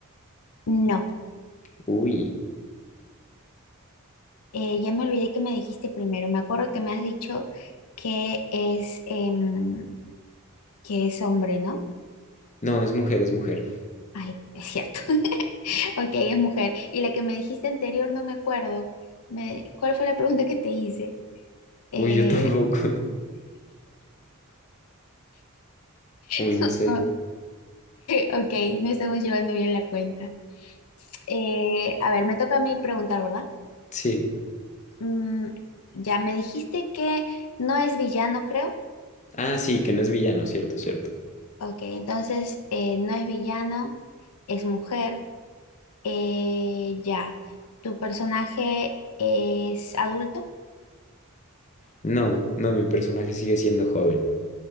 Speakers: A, on the left; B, on the left.
A: No,
B: Uy,
A: eh, ya me olvidé que me dijiste primero. Me acuerdo que me has dicho que es, em, que es hombre, ¿no?
B: no, es mujer, es mujer.
A: Ay, es cierto. <laughs> Ok, es mujer. Y la que me dijiste anterior no me acuerdo. Me- ¿cuál fue la pregunta que te hice? Eh,
B: Uy, yo tampoco. <laughs>
A: <laughs>
B: Uy, no sé.
A: ok, no estamos llevando bien la cuenta. Eh, a ver, me toca a mí preguntar, ¿verdad?
B: Sí.
A: Mm, ya me dijiste que no es villano, creo.
B: Ah, sí, que no es villano, cierto, cierto.
A: Ok, entonces eh, no es villano, es mujer. Eh, ya. ¿Tu personaje es adulto?
B: No, no, mi personaje sigue siendo joven.